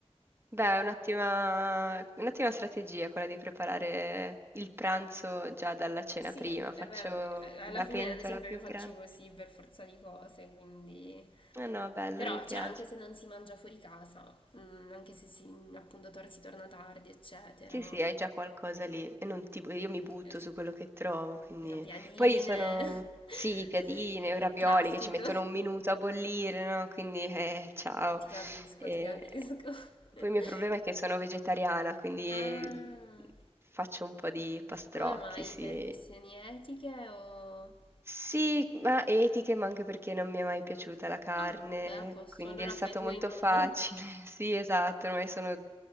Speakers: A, on the right; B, on the left.
A: Beh, è un'ottima un'ottima strategia quella di preparare il pranzo già dalla cena
B: Sì,
A: prima.
B: eh
A: Faccio
B: beh, eh, alla
A: una
B: fine
A: pentola
B: ad esempio
A: più
B: io faccio
A: grande.
B: così per forza di cose, quindi...
A: No, no, bello,
B: Però,
A: mi piace.
B: cioè, anche se non si mangia fuori casa, mm, anche se si, appunto tor- si torna tardi, eccetera,
A: Sì, sì, hai già qualcosa lì e non ti bu io mi butto
B: eh, s-
A: su quello che trovo, quindi
B: le sappiadine,
A: poi sono sì, piadine,
B: <laughs>
A: ravioli
B: classico.
A: che ci mettono un minuto a bollire, no, quindi, eh, ciao.
B: Ti capisco,
A: Ehm,
B: ti capisco. <laughs>
A: poi il mio problema è che sono vegetariana, quindi
B: Ah,
A: faccio un po' di pastrocchi,
B: come mai?
A: sì.
B: Per questioni etiche o...
A: Sì, ma etiche, ma anche perché non mi è mai piaciuta la carne,
B: Ah, beh, a posto,
A: quindi
B: allora
A: è stato
B: fai due
A: molto
B: in uno.
A: facile. <laughs> Sì, esatto, ormai sono,